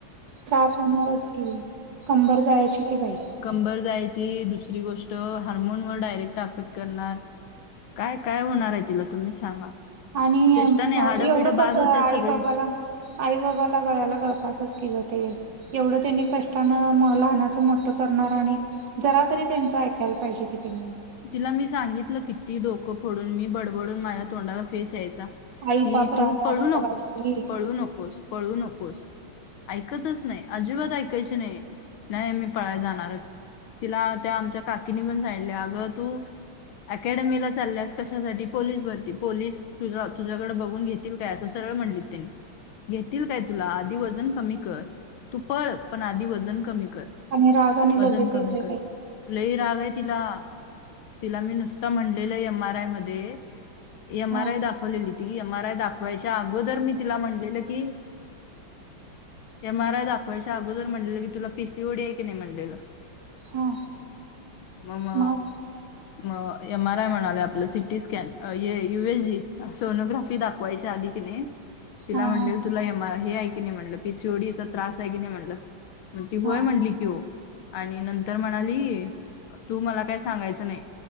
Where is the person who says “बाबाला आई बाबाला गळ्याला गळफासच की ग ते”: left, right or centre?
Right